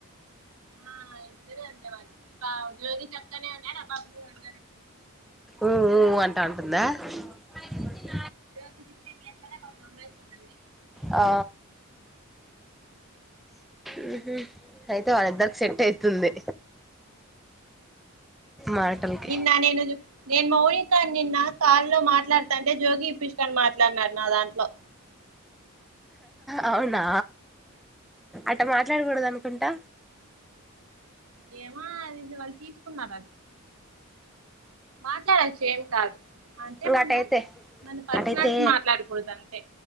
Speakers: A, on the right; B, in the centre.
A: ఆ ఇద్దరి అదే వళ్ జ్యోతి చెప్తానే ఉంటడా బా అనే ఉంట
B: ఊఊ అంటా ఉంటుందా అ
A: <inaudible>
B: ఆ మ్ హ్ అయితే వాళ్ళిద్దరికి సెట్ అయితుంది మాటలకి
A: నిన్న నేను నేను మా ఊరి ఇంకా నిన్న కాల్లో మాట్లాడ్తంటే జోగి ఇప్పించుకని మాట్లాడినారు నా దాంట్లో
B: అవునా అట్ట మాట్లాడకూడదనుకుంటా
A: ఏమో అది ఇది వాళ్ళు తీస్కున్నార్ అది మాట్లాడచ్చు ఏం కాదు. అంటే
B: ఇంగో
A: మనం
B: అటైతే
A: మన పర్సనల్స్
B: అటైతే
A: మాట్లాడకూడదు అంతే